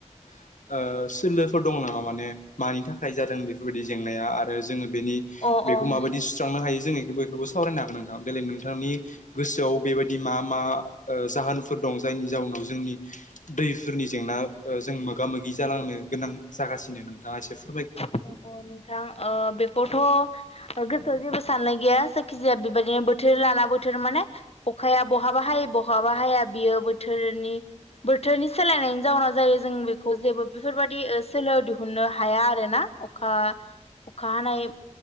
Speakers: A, on the left (about 85°); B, on the left (about 55°).
A: ओ सोलोफोर दं नामा माने मानि थाखाय जादों बेफोरबायदि जेंनाया आरो जोङो बेनि
B: अ
A: बेखौ
B: अ
A: माबायदि सुस्रांनो हायो जोङो बयखौबो सावरायनो हागोन नोंथां देलाय नोंथांनि गोसोआव बेबायदि मा मा ओ जाहोनफोर दं जा जायनि जाउनाव जोंनि दैफोरनि जेंना ओ जों मोगा मोगि जालांनो गोनां जागासिनो। नोंथाङा एसे फो
B: अ अ नोंथां ओ बेफ बथ' ओ गोसोआव जेबो साननाय गैया जायखिजाया बेबायदिनो बोथोर लाना बोथोर माने अ अखाया बहाबा हायो बहाबा हाया बियो बोथोरनि बोथोरनि सोलायनायनि जाउनाव जायो जों बेखौ जेबो बेफोरबायदि ओ सोलो दिहुननो हाया आर आरोना अखा अखा हानाय